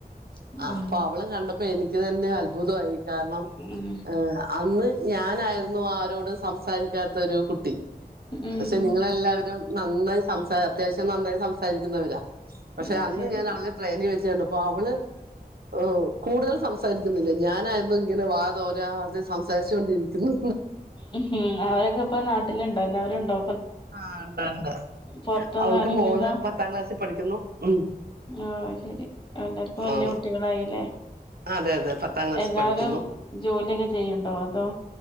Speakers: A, on the left; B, on the right.
A: ഉം
B: ആഹ് അപ്പൊവളെ കണ്ടപ്പോ എനി ക്ക് തന്നെ അത്ഭുതോയി കാരണം
A: ഉം
B: എ അന്ന് ഞാനായിരുന്നു ആരോ ടും സംസാരിക്കാത്തൊരു കുട്ടി.
A: ഉം
B: പക്ഷെ
A: ഉം
B: നിങ്ങളെല്ലാവരും നന്നായി സംസാ അത്യാവശ്യം നന്നായി സംസാരിക്കുന്നവരാ. പക്ഷെ
A: അത്
B: അന്ന്
A: ശരി
B: ഞാനവളെ ട്രെയിനിൽ വെച്ചുകണ്ടപ്പോ അവള് എ കൂടുതൽ സംസാരിക്കുന്നില്ല ഞാനാര് ഓളിങ്ങനെ വാ തോരാതെ സംസാരിച്ചു കൊണ്ടിരിക്കുന്നു.
A: ഉംഹു അവരൊക്കെ പ്പ നാട്ടിലുണ്ടോ? എല്ലാവരുണ്ടോ?
B: ആഹ് ണ്ട് ണ്ട്
A: പൊറത്തൊന്നും
B: അവൾക്ക്
A: ആരുല്ലല്ലോ
B: മോള് പത്താം ക്ലാസ്സി പഠിക്കുന്നു. ഉം.
A: ആഹ് അയ് ശരി എല്ലർക്കും വല്യ
B: ആഹ്
A: കുട്ടികളായില്ലേ.
B: അതെ അതെ പത്താം ക്ലാസ്സിൽ
A: എല്ലാരും
B: പഠിക്കുന്നു
A: ജോലിയൊക്കെ ചെയ്യുണ്ടോ? അതോ?